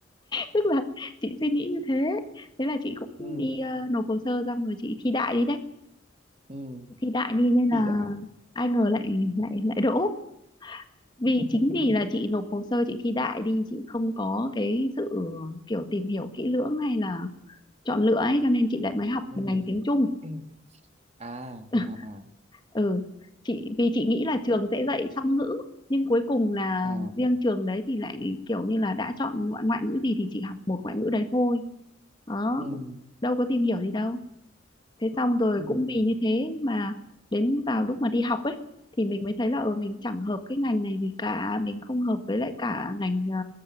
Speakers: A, on the left; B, on the right.
A: tức là chị suy nghĩ như thế thế là chị cũng
B: ừ
A: đi ờ, nộp hồ sơ xong rồi chị thi đại đi đấy
B: ừ
A: thi đại đi nên là
B: thì đại
A: ai ngờ lại lại lại đỗ vì
B: <laughs>
A: chính vì là chị nộp hồ sơ chị thi đại đi chị không có cái sự kiểu tìm hiểu kỹ lưỡng hay là chọn lựa ấy cho nên chị lại mới học
B: ừ
A: ngành tiếng Trung
B: <clears throat> à
A: <laughs>
B: à à
A: ừ chị vì chị nghĩ là trường sẽ dạy song ngữ nhưng cuối cùng là
B: à
A: riêng trường đấy thì lại kiểu như là đã chọn ngoại ngoại ngữ gì thì chị học một ngoại ngữ đấy thôi đó
B: ừ
A: đâu có tìm hiểu gì đâu thế xong rồi
B: ừ
A: cũng vì như thế mà đến vào lúc mà đi học ấy thì mình mới thấy là ờ mình chẳng hợp cái ngành này gì cả mình không hợp với lại cả ngành ờ,